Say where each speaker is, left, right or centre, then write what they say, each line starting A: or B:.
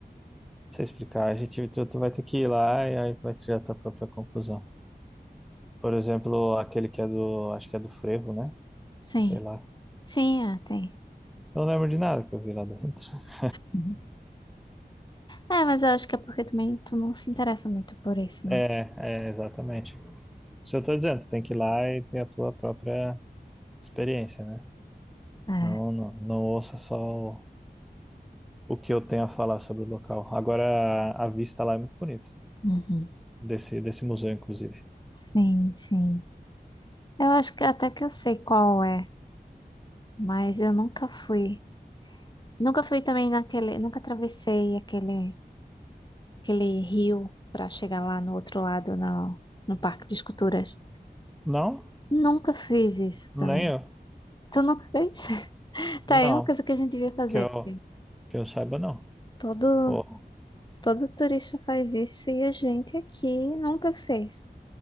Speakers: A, in the centre; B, on the left (about 25°).
A: sei explicar, a gente, tu, tu vai ter que ir lá e aí tu vai tirar tua própria conclusão. Por exemplo, aquele que é do, acho que é do Frevo, né?
B: Sim.
A: Sei lá.
B: Sim, é, tem.
A: Não lembro de nada que eu vi lá dentro. <laughs>
B: Uhum. É, mas eu acho que é porque também tu não se interessa muito por isso,
A: É,
B: né?
A: é, exatamente. Isso eu tô dizendo, tu tem que ir lá e ter a tua própria experiência, né?
B: É.
A: Não, não, não ouça só o que eu tenho a falar sobre o local. Agora, a vista lá é muito bonita,
B: Uhum.
A: desse, desse museu, inclusive.
B: Sim, sim. Eu acho que até que eu sei qual é, mas eu nunca fui. Nunca fui também naquele, nunca atravessei aquele, aquele rio para chegar lá no outro lado, no, no Parque de Esculturas.
A: Não?
B: Nunca fiz isso
A: Nem
B: também.
A: eu.
B: Tu nunca fez? <laughs> Tá,
A: Não,
B: é uma coisa que a gente devia fazer,
A: que eu,
B: porque
A: que eu saiba, não.
B: todo,
A: Oh.
B: todo turista faz isso e a gente aqui nunca fez.